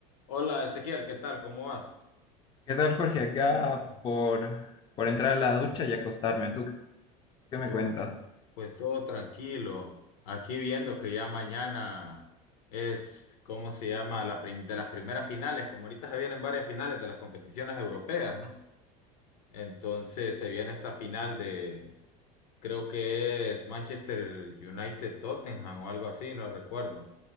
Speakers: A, on the left; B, on the left.
A: Hola Ezequiel, ¿qué tal? ¿Cómo vas?
B: ¿Qué tal, Jorge? Acá por, por entrar a la ducha y acostarme. ¿Tú qué me
A: Tú,
B: cuentas?
A: Pues, te- pues todo tranquilo. Aquí viendo que ya mañana es, ¿cómo se llama? La prim- de las primeras finales, como ahorita se vienen varias finales de las competiciones europeas, ¿no? Entonces se viene esta final de, creo que es Manchester United Tottenham o algo así, no recuerdo.